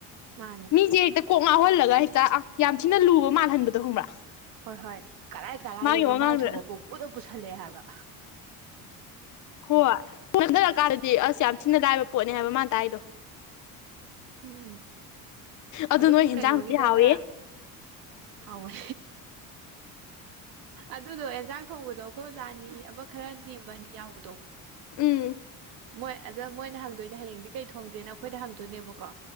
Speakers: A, on the right; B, on the left.
A: ꯃꯥꯅꯦ
B: ꯃꯤꯁꯦ ꯍꯦꯛꯇ ꯀꯣꯛ ꯉꯥꯎꯍꯜꯂꯒ ꯍꯦꯛꯇ ꯌꯥꯝ ꯊꯤꯅ ꯂꯨꯕ ꯃꯥꯜꯍꯟꯕꯗꯣ ꯈꯪꯕ꯭ꯔꯥ
A: ꯍꯣꯏ ꯍꯣꯏ ꯀꯔꯥꯏ ꯀꯔꯥꯏꯗꯩꯅꯣ
B: ꯃꯥꯒꯤ ꯋꯥꯉꯥꯡꯗ
A: ꯃꯥꯏꯊꯣꯛꯕ ꯄꯪꯄꯨꯗ ꯄꯨꯨꯁꯜꯂꯦ ꯍꯥꯏꯕ
B: ꯍꯣꯏ ꯈꯟꯊꯔꯀꯥꯟꯗꯗꯤ ꯑꯁ ꯌꯥꯝ ꯊꯤꯅ ꯂꯥꯏꯕ ꯄꯣꯠꯅꯤ ꯍꯥꯏꯕ ꯃꯥꯅ ꯇꯥꯛꯏꯗꯣ
A: ꯎꯝ
B: ꯑꯗꯨ
A: ꯑꯗꯨꯝ
B: ꯅꯣꯏ ꯍꯦꯟꯖꯥꯡꯗꯨꯗꯤ
A: ꯀꯩꯅꯣꯒꯤꯗꯒ
B: ꯍꯥꯎꯋꯦ
A: ꯍꯥꯎꯋꯦ ꯑꯗꯨꯗꯣ ꯑꯦꯟꯖꯥꯡ ꯊꯣꯡꯕꯗꯣ ꯑꯩꯈꯣꯏ ꯑꯣꯖꯥꯅꯤ ꯑꯃ ꯈꯔ ꯅꯦꯝꯕꯅꯤ ꯌꯥꯎꯕꯗꯣ
B: ꯎꯝ
A: ꯃꯣꯏ ꯑꯗꯣ ꯃꯣꯏꯅ ꯍꯪꯗꯣꯏꯅꯦ ꯍꯌꯦꯡꯗꯤ ꯀꯩ ꯊꯣꯡꯁꯦꯅ ꯑꯩꯈꯣꯏꯗ ꯍꯪꯗꯣꯏꯅꯦꯕ ꯀꯣ